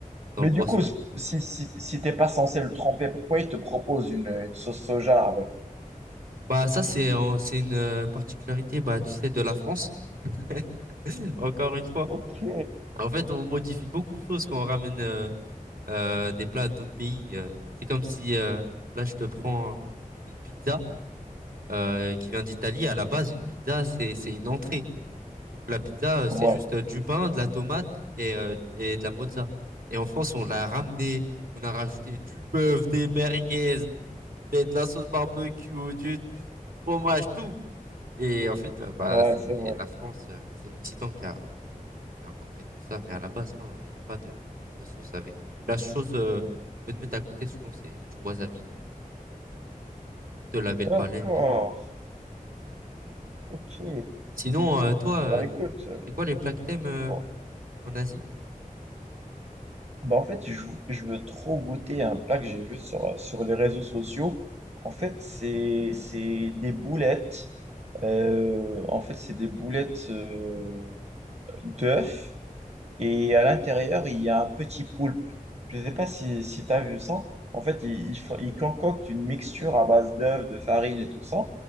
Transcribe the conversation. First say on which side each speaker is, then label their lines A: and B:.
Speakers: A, on the right; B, on the right.
A: dans
B: Mais
A: le poisson.
B: du coup, si, si, si t'es pas censé le tremper, pourquoi il te propose une, une sauce soja avec?
A: Bah ça c'est en- c'est une euh, particularité bah tu sais de la France <laughs> encore une fois.
B: Ok.
A: En fait on modifie beaucoup de choses quand on ramène euh, euh, des plats d'autres pays. euh. C'est comme si euh, là je te prends une pizza euh, qui vient d'Italie. À la base une pizza c'est c'est une entrée. Donc la pizza euh,
B: Ouais,
A: c'est juste euh, du pain, de la tomate et euh, et de la mozza. Et en France on l'a ramené, on a rajouté du bœuf, des merguez, du poulet, de la sauce barbecue, du fromage, tout. Et en fait, euh, bah,
B: ouais,
A: c'est
B: c'est vrai.
A: la France, euh, c'est l'Occident qui a, qui a importé tout ça. Mais à la base, non, il n'y a pas de, de sauce avec. La chose euh, qu'on peut te mettre à côté, souvent, c'est du wasabi. Te laver
B: D'accord.
A: le palais, mais, mais voilà.
B: Ok.
A: Sinon, euh, toi, euh,
B: Bah écoute, euh,
A: c'est quoi les plats que t'aimes euh,
B: bon.
A: en Asie?
B: Bah en fait, je, vou- je veux trop goûter un plat que j'ai vu sur, sur les réseaux sociaux. En fait, c'est, c'est des boulettes. Euh, en fait, c'est des boulettes euh, d'œufs Et à l'intérieur, il y a un petit poulpe. Je ne sais pas si, si tu as vu ça. En fait, ils il, font- ils concoctent une mixture à base d'œufs, de farine et tout ça.